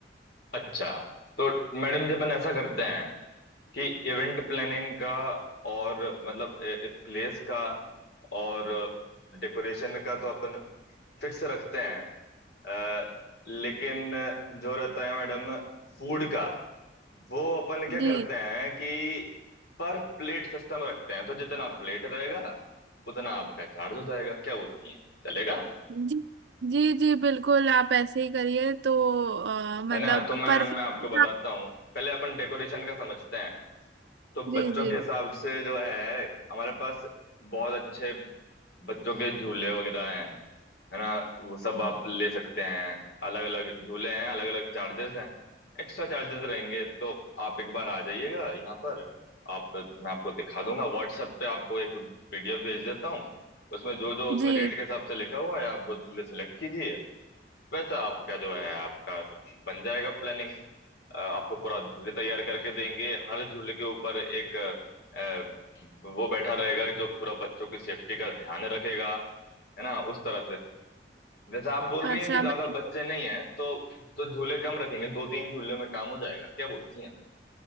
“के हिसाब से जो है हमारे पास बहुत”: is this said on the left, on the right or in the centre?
Left